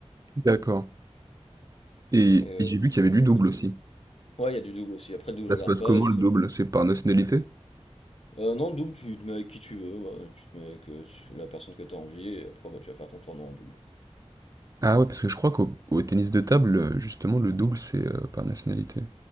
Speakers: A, on the right; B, on the left.
A: D'accord et
B: Et, euh,
A: et j'ai vu qu'il y avait du
B: hmm,
A: double
B: dis-moi.
A: aussi.
B: Ouais, il y a du double aussi. Après, le double,
A: Ça
B: je regarde
A: se passe
B: pas.
A: comment
B: Et c'est...
A: le double? C'est par nationalité?
B: Euh, non, le double, tu te mets avec qui tu veux. ouais. Tu te mets avec euh, la personne que tu as envie. Et après, bah, tu vas faire ton tournoi en double.
A: Ah ouais, parce que je crois qu'au au tennis de table, heu, justement, le double, c'est, heu, par nationalité.